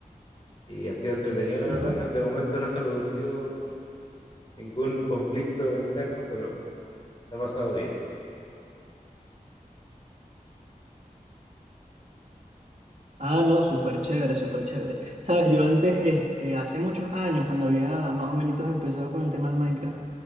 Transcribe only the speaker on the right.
Ajá.
Ah, no, súper chévere, súper chévere. Sabes, yo antes, este, hace muchos años, cuando había más o menos empezado con el tema del Minecraft,